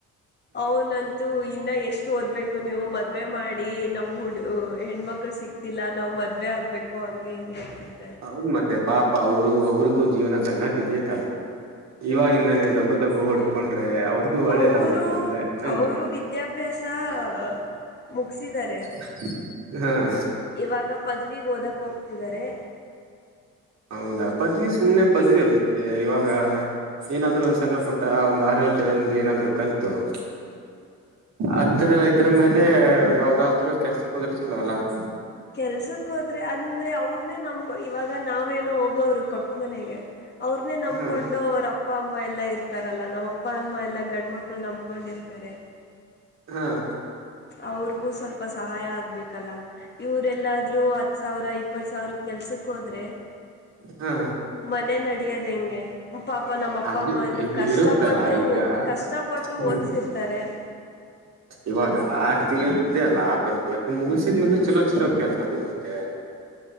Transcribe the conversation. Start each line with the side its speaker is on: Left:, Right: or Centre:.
Left: ಅವ ನನ್ನ <inaudible> ಅದು ಇನ್ನ ಎಷ್ಟು ಓದ್ಬೇಕು ನೀವು ಮದುವೆ ಮಾಡಿ ನಮ್ಮ ಹುಡಗರು ಹೆಣ್ಮಕ್ಳು ಸಿಕ್ತಿಲ್ಲ ನಾವು ಮದ್ <inaudible> ಮದುವೆ ಆಗಬೇಕು ಹಂಗೆ ಹೀಗ ಅಂತ <inaudible>
Right: ಹೌದ ಮತ್ತೆ ಪಾಪ ಅವರು ಅವ್ರಿಗೂ ಜೀವನ ಸಂಗಾತಿ ಬೇಕಲ್ಲ. <inaudible>
Left: ಹ್ಮ್
Right: ಇವಾಗಿಂದಾನೇ ದಗ್ಗು ದಗ್ಗು
Left: ಅದೇ
Right: ಹುಡ್ಕೊಂಡ್ರೆ ಅವ್ರಿಗೂ ಒಳ್ಳೇದಾಗುತ್ತೆ
Left: ಅವರು
Right: ಅಂತ ಏನು?
Left: ಅವರು
Right: <inaudible>
Left: ವಿದ್ಯಾಭ್ಯಾಸ ಅ ಮುಗಿಸಿದ್ದಾರೆ. <inaudible>
Right: ಹೂ <inaudible>
Left: ಇವಾಗ ಪದವಿಗೆ ಓದಕ್ ಹೋಗ್ತಿದ್ದಾರೆ. <inaudible>
Right: ಹೌದಾ ಪದ್ವಿ ಸುಮ್ನೆ ಪದ್ವಿ ಅದಕ್ಕೆ ಇವಾಗ? <inaudible> ಏನಾದ್ರು ಸಣ್ಣ ಪುಟ್ಟ ಒಂದ್ ಆರ ಏಳ ತಿಂಗಳ ಏನಾದ್ರು ಕಲ್ತು. <inaudible> ಆತರಾ ಇದ್ರ ಮೇಲೆ ಯಾವದಾದ್ರೂ ಕೆಲಸಕ್ಕ ಹೋದ್ರೆ ಚಲೋ ಅಲ್ಲ. <inaudible>
Left: ಕೆಲಸಕ್ಕೋದ್ರೆ ಅಂದ್ರೆ ಅವ್ರನ್ನೇ ನಮ್ಕೊ ಇವಾಗ ನಾವೇನೋ ಹೋಗೋರು ಕೊಟ್ಟ ಮನೆಗೆ. <inaudible> ಅವ್ರನ್ನೇ ನಂಬಕೊಂಡು
Right: ಹ್ಮ್
Left: ಅವ್ರ ಅಪ್ಪ ಅಮ್ಮ ಎಲ್ಲಾ ಇರ್ತಾರಲ್ಲ ನಮ್ಮ ಅಪ್ಪ ಅಮ್ಮ ಎಲ್ಲ <inaudible> ಗಂಡ ಮಕ್ಕಳನ ನಂಬಕೊಂಡ ಇರ್ತಾರೆ. <inaudible>
Right: ಹ <inaudible>
Left: ಅವರಿಗೂ ಸ್ವಲ್ಪ ಸಹಾಯ ಆಗಬೇಕ ಅಲ್ಲ. <inaudible> ಇವರ ಎಲ್ಲಾದ್ರು ಹತ್ತ ಸಾವಿರ ಇಪ್ಪತ್ತ ಸಾವಿರ ಕೆಲಸಕ್ಕೆ ಹೋದರೆ. <inaudible>
Right: ಹ <inaudible>
Left: ಮನೆ ನಡಿಯೋದ ಹೆಂಗೆ? <inaudible> ಪಾಪ ನಮ್ಮ ಅಪ್ಪ
Right: ಆದ್ರೂ
Left: ಅಮ್ಮ ಅದು
Right: ಇದ್
Left: ಕಷ್ಟ
Right: ಇರುತ್ತಲ್ಲ
Left: ಪಟ್ಟು
Right: ಈಗ
Left: ಕಷ್ಟ ಪಟ್ಟು
Right: ಹ್ಮ್
Left: ಓದಿಸಿರ್ತಾರೆ. <inaudible>
Right: ಇವಾಗ ಆರು ತಿಂಗಳ ಇದ್ದೇ ಅಲ್ಲ ಆ ಪದ್ಯ <inaudible> ನೀವ ಮುಗಿಸಿದ್ಮೇಲೆ ಚಲೋ ಚಲೋ ಕೆಲಸ ಸಿಗುತ್ತೆ. <inaudible>